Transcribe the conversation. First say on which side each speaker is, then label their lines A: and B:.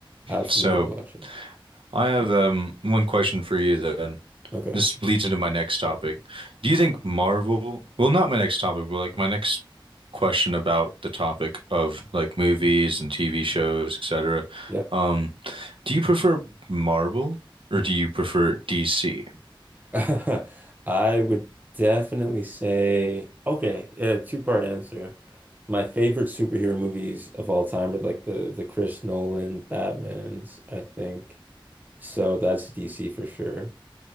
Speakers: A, on the right; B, on the right.
A: absolutely
B: So
A: watch it.
B: I have um one question for you then.
A: Okay.
B: This leads into my next topic. Do you think Marvel, well, not my next topic, but like my next question about the topic of like movies and TV shows, etc.
A: Yep.
B: Um, do you prefer Marvel or do you prefer DC?
A: <laughs> I would definitely say, okay, uh, two-part answer. My favorite superhero movies of all time are like the the Chris Nolan Batmans, I think. So that's DC for sure.